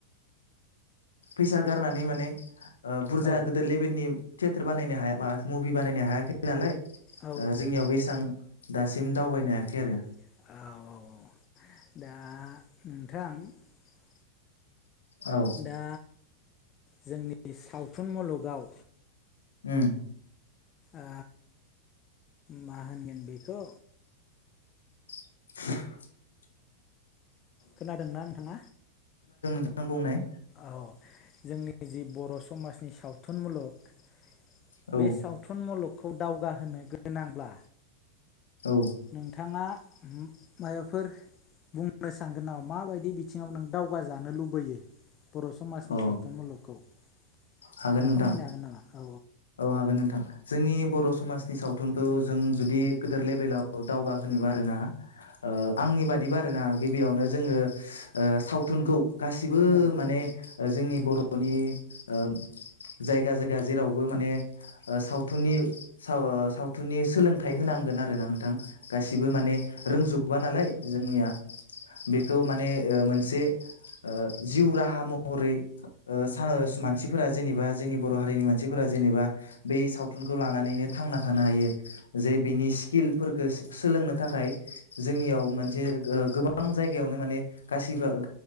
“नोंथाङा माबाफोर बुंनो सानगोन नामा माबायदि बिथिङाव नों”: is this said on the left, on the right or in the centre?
Left